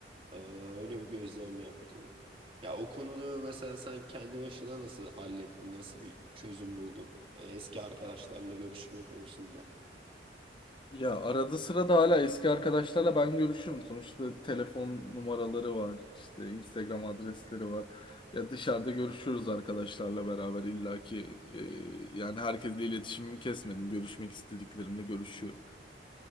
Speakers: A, on the right; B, on the left.
A: Eee, öyle bir gözlem yaptım. Ya o konuda mesela sen kendi başına nasıl hallettin, nasıl bir çözüm buldun? Hani eski arkadaşlarla görüşme konusunda.
B: Ya arada sırada hala eski arkadaşlarla ben görüşüyorum. Sonuçta telefon numaraları var, işte Instagram adresleri var. Ya dışarıda görüşüyoruz arkadaşlarla beraber illaki. Ee, yani herkesle iletişimimi kesmedim. Görüşmek istediklerimle görüşüyorum.